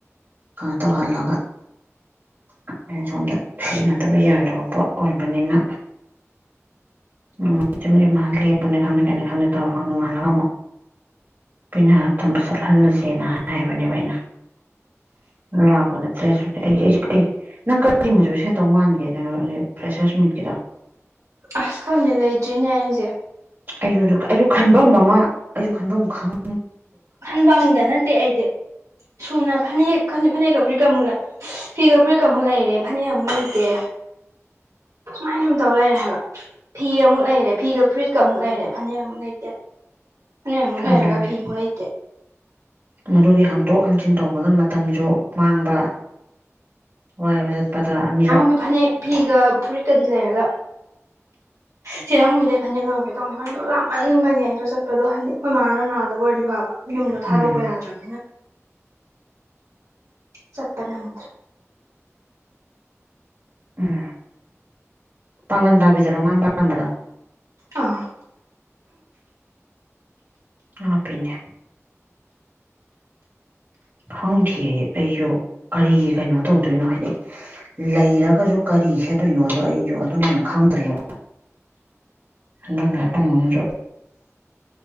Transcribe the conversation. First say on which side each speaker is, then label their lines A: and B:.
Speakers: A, on the right; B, on the right.
A: ꯀꯩꯩꯅꯣ ꯇꯧꯍꯜꯂꯒ ꯑꯈꯣꯏꯅ ꯁꯣꯝꯗ ꯁꯤꯖꯤꯟꯅꯗꯕ ꯌꯥꯗꯕ ꯄꯣꯠ ꯑꯣꯏꯕꯅꯤꯅ ꯅꯣꯡꯃꯁꯤꯃꯗꯤ ꯃꯥ ꯂꯦꯞꯄꯅꯤ ꯈꯪꯗꯦ ꯀꯩꯅꯤ ꯈꯪꯗꯦ ꯇꯧꯔꯒ ꯅꯣꯡꯉꯜꯂꯒ ꯑꯃꯨꯛ ꯄꯦꯅꯥ ꯇꯝꯕ ꯆꯠꯍꯜꯂꯁꯦꯅ ꯍꯥꯏꯕꯅꯦꯕ ꯑꯩꯅ ꯂꯥꯛꯄꯗ ꯗ꯭ꯔꯦꯁꯨ ꯑꯩꯁꯨ ꯑꯩ ꯅꯪ ꯀꯔꯤ ꯃꯆꯨ ꯁꯦꯠꯇꯧ ꯃꯥꯟꯒꯦ ꯀꯩꯅꯣ ꯐ꯭ꯔꯦꯁꯔꯁ ꯃꯤꯠꯀꯤꯗꯣ
B: ꯑꯁ ꯈꯪꯗꯦ ꯂꯩꯇ꯭ꯔꯤꯅꯦ ꯑꯩꯖꯦ
A: ꯑꯩꯖꯨ ꯑꯗꯨ ꯑꯩꯖꯨ ꯈꯟꯕꯝ ꯑꯃ ꯑꯩꯖꯨ ꯈꯟꯕꯝ ꯈꯪ
B: ꯈꯟꯕꯝꯒ ꯅꯠꯇꯦ ꯑꯩꯗꯤ ꯁꯨꯅ ꯐꯅꯦꯛ ꯈꯅꯦꯛ ꯐꯅꯦꯛꯀ ꯐꯨꯔꯤꯠꯀ <unintelligible> ꯐꯤꯒ ꯐꯨꯔꯤꯠꯀ ꯑꯃꯨꯛ ꯂꯩꯔꯦ ꯐꯅꯦꯛ ꯑꯃꯨꯛ ꯂꯩꯇꯦ ꯁꯨꯃꯥꯏꯟ ꯁꯨꯝ ꯇꯧ ꯂꯩꯔꯦ ꯍꯥꯏꯕ ꯐꯤ ꯑꯃꯨꯛ ꯂꯩꯔꯦ ꯐꯤꯒ ꯐꯨꯔꯤꯠꯀ ꯑꯃꯨꯛ ꯂꯩꯔꯦ ꯐꯅꯦꯛ ꯑꯃꯨꯛ ꯂꯩꯇꯦ ꯐꯅꯦꯛ ꯑꯃꯨꯛ ꯂꯩꯔꯒ
A: ꯑꯗꯨꯅꯤ
B: ꯐꯤ ꯑꯃꯨꯛ ꯂꯩꯇꯦ
A: ꯃꯗꯨꯒꯤ ꯍꯪꯇꯣꯛ ꯍꯪꯖꯤꯟ ꯇꯧꯕꯗ ꯃꯇꯝꯖꯨ ꯃꯥꯡꯕ ꯋꯥꯏꯕ ꯖꯠꯄꯗ ꯑꯅꯤꯔꯛ
B: ꯗꯨ ꯐꯅꯦꯛ ꯐꯤꯒ ꯐꯨꯔꯤꯠꯀꯗꯤ ꯂꯩꯔꯒ ꯆꯦ ꯔꯥꯡꯈꯣꯝꯕꯤꯗꯩ ꯐꯅꯦꯛ ꯂꯧꯔꯨꯒꯦ ꯇꯧꯕꯅꯦ ꯃꯥꯗꯣ ꯂꯥꯞꯃꯟꯕꯒꯤ ꯑꯗꯨ ꯆꯠꯄꯗꯣ ꯍꯥꯏꯗꯤ ꯑꯩꯈꯣꯏ ꯃꯥꯅ ꯅꯥꯗꯕ ꯑꯣꯏꯔꯗꯤ ꯐꯥꯕ ꯌꯨꯝꯗꯣ ꯊꯥꯗꯣꯛꯄ
A: ꯎꯝ
B: ꯌꯥꯗ꯭ꯔꯝꯅꯤꯅ ꯆꯠꯄ ꯅꯪ
A: ꯎꯝ ꯄꯥꯡꯉꯟꯇꯥꯕꯤꯗꯔꯣ ꯃꯥꯟ ꯄꯥꯟꯕꯗꯣ
B: ꯑꯧ
A: ꯂꯥꯞꯄꯤꯅꯦ ꯈꯪꯗꯤꯌꯦ ꯑꯩꯖꯨ ꯀꯔꯤ ꯀꯩꯅꯣ ꯇꯧꯗꯣꯏꯅꯣ ꯍꯥꯏꯗꯤ ꯂꯩꯔꯒꯖꯨ ꯀꯔꯤ ꯁꯦꯠꯇꯣꯏꯅꯣꯗꯣ ꯑꯩꯖꯨ ꯑꯗꯨꯅ ꯍꯦꯟꯅ ꯈꯪꯗ꯭ꯔꯦꯕ ꯍꯟꯗꯛ ꯂꯥꯛꯄ ꯉꯝꯃꯗ꯭ꯔꯣ